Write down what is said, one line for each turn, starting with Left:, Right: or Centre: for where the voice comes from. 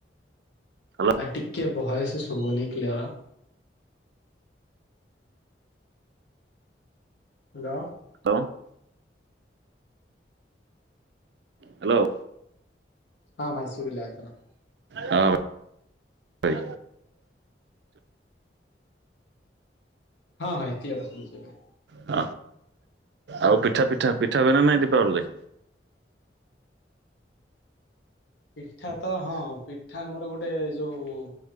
Right: Hello
Left: ଭଇ ଟିକେ ଭଏସେ ସୁବୁନି କ୍ଲିଅର। ହାଲୋ।
Right: <inaudible> ହାଲୋ।
Left: ହଁ ଭାଇ ଶୁବିିଲା ଏଥର।
Right: ହଁ <unintelligible> ଭାଇ
Left: ହଁ ଭାଇ କ୍ଲିଅର ଶୁଭୁଚି ଏବେ।
Right: <unintelligible> ଆଉ ପିଠା-ପିଠା-ପିଠା ହୁଏ ନା ନାଇଁ ଦୀପାବଳୀ ରେ?
Left: ପିଠା ତ ହଁ ପିଠା ଆମର ଗୋଟେ ଯୋଉ